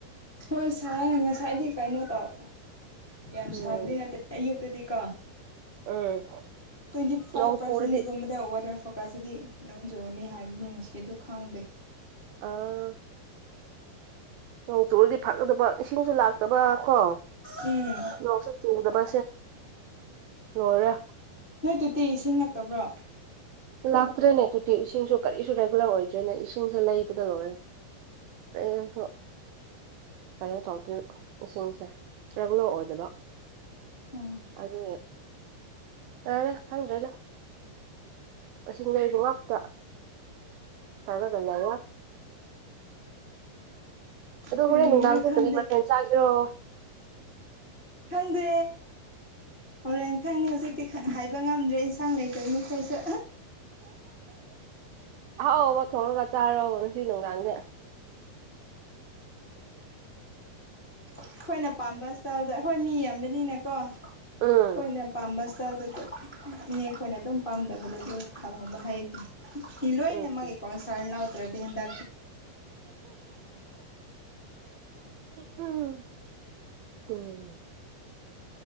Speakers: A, on the left; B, on the right.
A: ꯍꯣꯏ ꯁꯥꯔ ꯉꯁꯥꯏꯗꯤ ꯀꯩꯅꯣ ꯇꯧꯔ ꯌꯥꯝ
B: ꯎꯝ
A: ꯁꯥꯕꯗꯤ ꯅꯠꯇꯦ ꯑꯌꯨꯛꯇꯗꯤ ꯀꯥ <inaudible>
B: ꯎꯝ
A: ꯇ꯭ꯋꯦꯟꯇꯤ ꯐꯥꯏꯚ
B: ꯅꯣꯡ
A: ꯄꯥꯔꯁꯦꯟꯁꯒꯨꯝꯕꯗ
B: ꯆꯨꯔꯗꯤ
A: ꯑꯣꯔꯗꯔ ꯐ ꯀꯀꯁꯤꯗꯤ ꯅꯣꯡꯖꯨꯅꯤ ꯍꯥꯏꯕꯅꯤ ꯉꯁꯤ ꯑꯗꯨ ꯈꯪꯗꯦ
B: ꯑꯥ ꯅꯣꯡ ꯆꯨꯔꯨꯔꯗꯤ ꯐꯥꯛꯀꯗꯕ ꯏꯁꯤꯡꯁꯨ ꯂꯥꯛꯇꯕ ꯀꯣ
A: ꯎꯝ
B: ꯌꯣꯛꯁꯨ ꯆꯤꯡꯗꯕ ꯂꯔ <inaudible>
A: ꯅꯣꯏ ꯇꯗꯤꯤ ꯏꯁꯤꯡ ꯅꯛꯇꯕ꯭ꯔꯣ
B: ꯂꯥꯛꯇ꯭ꯔꯦꯅꯦ ꯇꯨꯇꯤ ꯏꯁꯤꯡꯁꯨ ꯀꯔꯤꯁꯨ ꯔꯦꯒꯨꯂꯔ ꯑꯣꯏꯗ꯭ꯔꯦꯅꯦ ꯏꯁꯤꯡꯁꯦ ꯂꯩꯕꯗ ꯂꯣꯏꯔꯦ ꯍꯡꯊ <unintelligible> <inaudible> ꯀꯩꯅꯣ ꯇꯧꯗꯣꯏꯅ ꯏꯁꯤꯡꯁꯦ ꯔꯔꯤꯒꯨꯂꯔ ꯑꯣꯏꯗꯕ
A: ꯎꯝ
B: ꯑꯗꯨ ꯌꯥꯔꯦ ꯈꯪꯗ꯭ꯔꯦꯗꯣ ꯑꯁꯤ ꯂꯩꯕ ꯉꯥꯛꯇ ꯊꯥꯒꯗ ꯌꯥꯏ ꯑꯗꯨ
A: ꯀꯔꯤꯔꯥ
B: ꯍꯣꯔꯦꯟ ꯅꯨꯡꯗꯥꯡꯊꯦꯛꯇꯗꯤ
A: ꯈꯪꯗꯦ
B: ꯃꯊꯦꯜ ꯆꯥꯒꯤꯔꯣ
A: ꯈꯪꯗꯦ ꯍꯣꯔꯦꯟ ꯈꯪꯅꯤ ꯍꯧꯖꯤꯛꯇꯤ ꯍꯥꯏꯕ ꯉꯝꯗ꯭ꯔꯦ ꯁꯥꯡ ꯂꯩ ꯆꯦꯝꯅꯈꯁꯨ
B: ꯑꯍꯥꯎ ꯑꯥꯎꯕ ꯊꯣꯛꯂꯒ ꯆꯥꯔꯣ ꯉꯁꯤ ꯅꯨꯡꯗꯥꯡꯁꯦ
A: ꯑꯩꯈꯣꯏꯅ ꯄꯥꯝꯕ ꯏꯁ꯭ꯇꯇꯥꯜꯗ ꯑꯩꯈꯣꯏ ꯃꯤ ꯌꯥꯝꯕꯅꯤꯅꯀꯣ ꯑꯩꯈꯣꯏꯅ
B: ꯎꯝ
A: ꯄꯥꯝꯕ ꯏꯁꯇꯥꯏꯜꯗ ꯏꯅꯦ ꯑꯩꯈꯣꯏꯅ ꯑꯗꯨꯝ ꯄꯥꯝꯗꯕꯗꯗꯤ ꯈꯜꯍꯣꯡꯕ ꯍꯥꯏꯩꯗꯤ ꯄꯤꯂꯏꯅꯦ
B: ꯎꯝ
A: ꯃ ꯀꯩ ꯀ ꯁ ꯂ ꯎꯇꯔꯗꯤꯗꯦ
B: ꯎꯝ ꯎꯝ